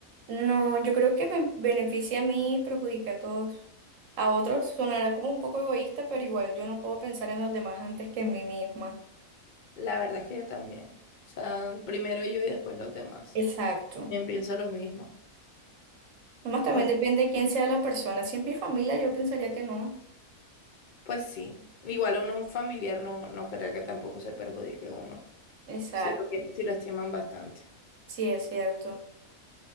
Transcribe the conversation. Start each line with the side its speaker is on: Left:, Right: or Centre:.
Right: No, yo creo que me beneficia a mí y perjudica a todos. A otros sonará como un poco egoísta, pero igual yo no puedo pensar en los demás antes que en mí misma.
Left: La verdad es que yo también. O sea, primero yo y después los demás.
Right: Exacto.
Left: Bien, pienso lo mismo.
Right: Nomás también
Left: Bueno,
Right: depende de quién sea la persona. Si es mi familia, yo pensaría que no.
Left: pues sí. Igual a uno, un familiar no, no querría que tampoco se perjudique uno.
Right: Exacto.
Left: Si lo quiere- si lo estiman bastante.
Right: Sí, es cierto.